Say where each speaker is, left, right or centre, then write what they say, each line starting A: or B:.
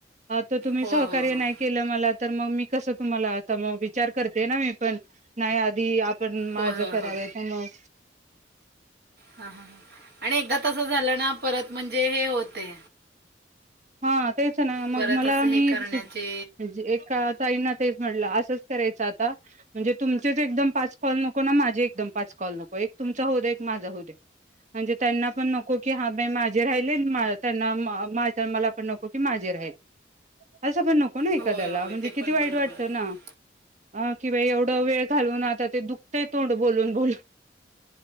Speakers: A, on the right; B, on the right.
A: तो तुम्ही
B: होय
A: सहकार्य
B: होय होय
A: नाही केल मला तर मग मी कस तुम्हाला आता मग विचार करते ना मी पण. नाही आधी आप पण माझ
B: होय होय
A: कराव
B: होय
A: तर मग
B: ह ह ह आणि एकदा तस झाल ना परत म्हणजे हे होते.
A: हा तेच ना मग
B: परत
A: मला
B: असं
A: मी
B: हे करण्याचे
A: म्हणजे एका ताईंना तेच म्हटल असच करायच आता. म्हणजे तुमचेच एकदम पाच कॉल नको. ना माझे एकदम पाच कॉल नको. एक तुमचा होऊ दे एक माझा होऊ दे. म्हणजे त्यांना पण नको की हा बाई माझे राहिले. त्यांना माझे तर मला पण नको की माझे राहील. अस पण नको. हो ना एखाद्याला
B: होय होय
A: म्हणजे
B: ते
A: किती
B: पण
A: वाईट
B: बरोबर
A: वाटत
B: आहे
A: ना. अ कि बयी एवढ वेळ घालून आता ते दुखतय तोंड बोलून बोलून.